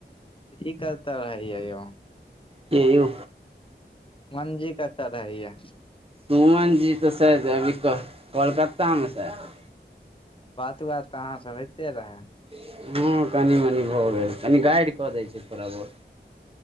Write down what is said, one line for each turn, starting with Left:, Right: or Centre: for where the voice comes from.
Left: ई कतऽ रहैय यौ
Right: के यो
Left: मनजी कतऽ रहै या
Right: सुमन जी तऽ शायद अभी क कलकत्ता में शायद
Left: बात बात तऽ अहाँ से होइते रहै
Right: हँऽ, कनि-मनि भऽ गेल। कनि गाइड कऽ दै छी, थोड़ा-बहुत।